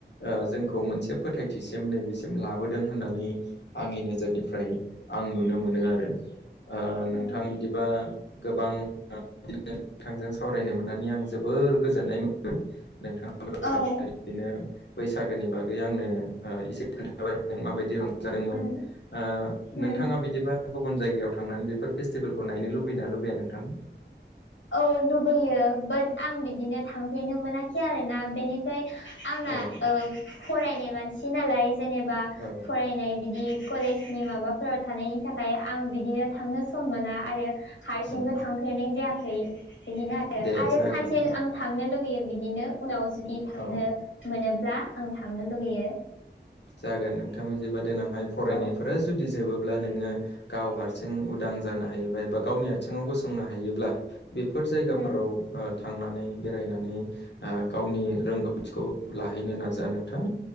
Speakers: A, on the left; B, on the left.
A: ओ जोंखौ मोनसे फोथायथिसिम नैबेसिम लाबोदों होननानै आंनि नोजोरनिफ्राय आं नुनो मोनो आरो ओ नोंथां
B: उम
A: बिदिबा गोबां <unintelligible> नोंथांजों सावरायनो मोननानै आं जोबोर गोजोननाय मोनदों नोंथां
B: औ
A: बिदिनो बैसागोनि बागै आंनो एसे खोन्थाबाय माबायदि रंजादोंमोन
B: उम
A: ओ
B: उम
A: नोंथाङा बिदिबा गुबुन जायगायाव थांनानै बेफोर फेस्टिभेलखौ नायनो लुबैना लुबैया नोंथां
B: औ लुबैयो बाट आं बिदिनो थांफेरनो मोनाखै आरोना बेनि फ्राय आंना
A: औ
B: फरायनाय मानसि नालाय जेनेबा
A: औ
B: फरायनाय बिदि कलेजनि माबाफोराव थानायनि थाखाय आं बिदिनो थांनो सम मोना आरो हारसिंबो
A: उम
B: थांफेरनाय जायाखै बिदिनो आरो
A: दे
B: आरो
A: जागोन
B: सानसे आं थांनो लुगैयो बिदिनो उनाव जुदि थांनो
A: औ
B: मोनोब्ला आं थांनो लुगैयो
A: जागोन नोंथां बिदिबा देनांहाय फरायनायफोरा
B: औ
A: जुदि जोबोब्ला नोङो गाव हारसिं उदां जानो हायोबा एबा गावनि आथिङाव गसंनो हायोब्ला बेफोर जायगाफोराव
B: उम
A: ओ थांनानै बेरायनानै ओ गावनि रोंगौथिखौ लाहैनो नाजा नोंथां